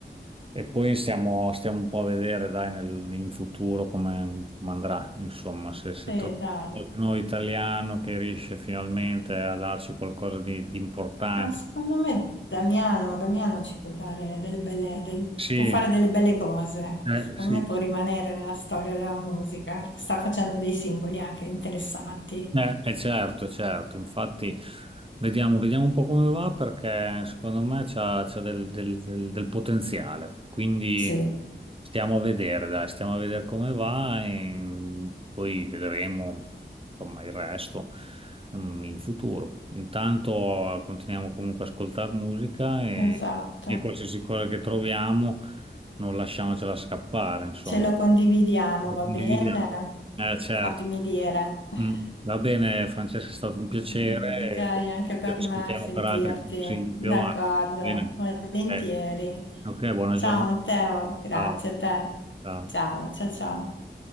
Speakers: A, on the right; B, on the left.
A: E poi stiamo, stiamo un po' a vedere, dai, nel- in futuro come, come andrà, insomma, se, se
B: Sì,
A: troviamo
B: dai.
A: qualche nuovo italiano che riesce finalmente a darci qualcosa di, di importante.
B: Ah, secondo me Damiano, Damiano ci può dare delle belle, del-
A: Sì,
B: può fare delle belle cose.
A: eh,
B: Secondo
A: sì.
B: me può rimanere nella storia della musica. Sta facendo dei singoli anche interessanti.
A: Eh, eh, certo, certo, infatti vediamo, vediamo un po' come va perché secondo me c'ha, c'ha del, del- del- del potenziale, quindi
B: Sì,
A: stiamo a vedere, dai, stiamo a vedere come va e poi vedremo insomma il resto mm, in futuro. Intanto eh, continuiamo comunque a ascoltare musica e,
B: esatto.
A: e qualsiasi cosa che troviamo non lasciamocela scappare, insomma.
B: Ce lo condividiamo,
A: Lo
B: va
A: condividiamo.
B: bene?
A: Eh, certo.
B: Sappimi dire. <laughs>
A: Mm. Va bene, Francesca, è stato un piacere.
B: Mm, Ok, anche per
A: Ci
B: me
A: sentiamo
B: sentirti,
A: per altri consigli più
B: d'accordo,
A: avanti. Bene.
B: volentieri.
A: Eh, Ok, buona
B: Ciao
A: giornata.
B: Matteo, grazie
A: Ciao.
B: a te.
A: Ciao.
B: Ciao, ciao, ciao.